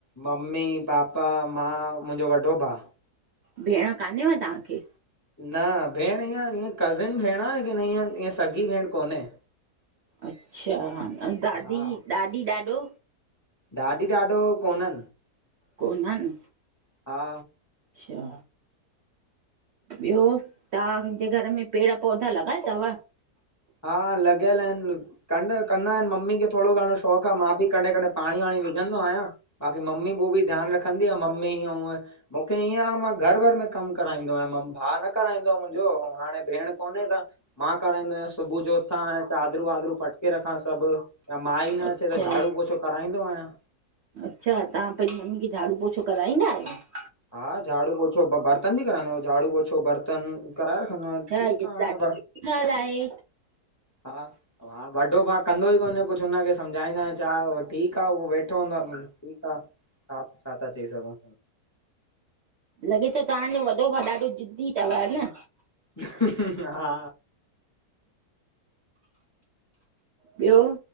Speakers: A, on the left; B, on the right.
A: मम्मी- पापा, मां, मुंहिंजो वॾो भाउ।
B: भेण कान्हेव तव्हांखे?
A: न भेण ईअं, ईअं कज़िन भेण आ, किन इीअ ईअं सॻी भेण कोनहे
B: अच्छा, ऐं ॾाॾी,
A: हा।
B: ॾाॾी- ॾाॾो?
A: ॾाॾी- ॾाॾो, कोननि।
B: कोननि।
A: हा।
B: च्छा। ॿियो, तव्हांजे घर में पेड़ पौधा लॻल थव?
A: हा लॻल आहिनि। कं- कंदा आहिनि मम्मी खे थोरो घणो शौंक़ु आहे, मां बि कॾहिं- कॾहिं पाणी- वाणी विझंदो आहियां। बाक़ी मम्मी पोइ बि ध्यानु रखंदी आहे। मम्मीं हीअं- हूंअं। मुखे ईअं आ मां घर वर में कमु कराईंदो आयां, भाउ न कराईंदो आ मुंहिंजो, ऐं हाणे भेण कोन्हे त मां कराराईंदो आयांसि। सुबुह जो उथां चादरूं वादरूं फटके रखा सभु, यां माई न
B: अच्छा
A: अचे त झाड़ू पोछो कराईंदो आहियां।
B: अच्छा, तहां पंहिंजी मम्मी खे झाड़ू पोछो कराईंदा आहियो?
A: हा, झाड़ू पोछो बर्तन बि कराईंदो, झाड़ू पोछो बर्तन कराए रखंदो आहियां,
B: अच्छा
A: ठीकु
B: इहा
A: आ हाणे।
B: ॾाढी सुठी ॻाल्हि आहे।
A: हा, हा वॾो भाउ कंदो ई कोन्हे कुछु हुनखे सम्झाईंदा आहियां छा ठीकु आ, उहो वेठो हूंदो आ, ठीकु आ छा ता चई सघूं।
B: लॻे त तांजो वॾो भाउ ॾाढो ज़िदी तव न?
A: हा।
B: ॿियो,